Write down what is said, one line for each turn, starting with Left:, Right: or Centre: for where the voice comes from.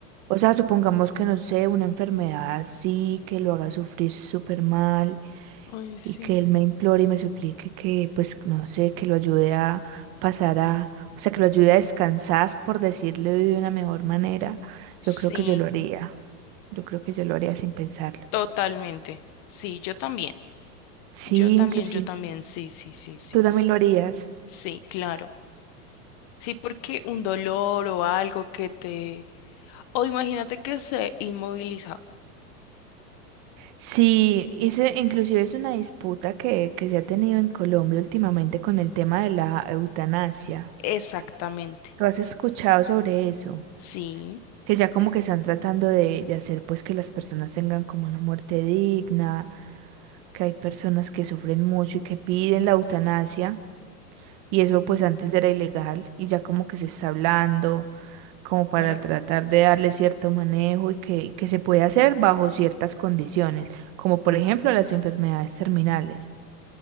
Right: o sea, supongamos que no sé, una enfermedad así, que lo haga sufrir súper mal
Left: Ay, sí.
Right: y que él me implore y me suplique que, pues, no sé, que lo ayude a pasar a, o sea, que lo ayude a descansar, por decirlo de una mejor manera.
Left: Sí.
Right: Yo creo que yo lo haría. Yo creo que yo lo haría sin pensarlo.
Left: Totalmente. Sí, yo también.
Right: Sí,
Left: Yo también,
Right: inclusive
Left: yo también. Sí, sí, sí, sí,
Right: tú también
Left: sí.
Right: lo harías.
Left: Sí, claro. Sí, porque un dolor o algo que te... O imagínate que se inmovilizado
Right: Sí, ese inclusive es una disputa que, que se ha tenido en Colombia últimamente con el tema de la eutanasia.
Left: Exactamente.
Right: ¿Tú has escuchado sobre eso?
Left: Sí.
Right: Que ya como que están tratando de, de hacer pues que las personas tengan como una muerte digna, que hay personas que sufren mucho y que piden la eutanasia, y eso pues antes era ilegal y ya como que se está hablando como para
Left: Para...
Right: tratar de darle cierto manejo y que, y que se puede hacer bajo ciertas condiciones, como por ejemplo las enfermedades terminales.